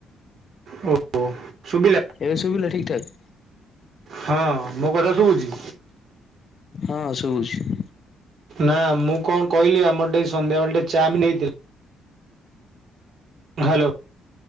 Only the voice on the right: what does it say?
ଓ ଓ ସୁବି!
ହଁ ମୋ କଥା ଶୁବୁଛି!
ନା ମୁଁ କଣ କଇଲି ଆମର ଟିକେ ସନ୍ଧ୍ୟାବେେଳେ ଟିକେ ଚାମିନି ହେଇଥିଲା। ହ୍ୟାଲୋ।